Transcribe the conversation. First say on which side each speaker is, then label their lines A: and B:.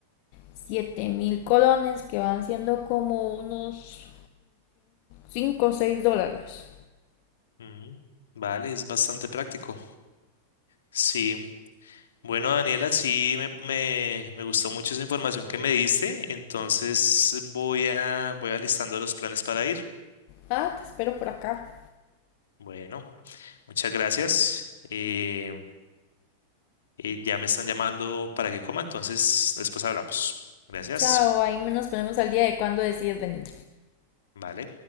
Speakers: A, on the left; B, on the left.
A: siete mil colones, que van siendo como unos 5 o 6 dólares.
B: Mm, Vale, es bastante práctico. Sí. Bueno, Daniela, sí me, me, me gustó mucho esa información que me diste, entonces voy a voy alistando los planes para ir.
A: Ah, te espero por acá.
B: Bueno, muchas gracias. Eh, eh, ya me están llamando para que coma, entonces después hablamos. Gracias.
A: Chao, ahí nos ponemos al día de cuándo decides venir.
B: Vale.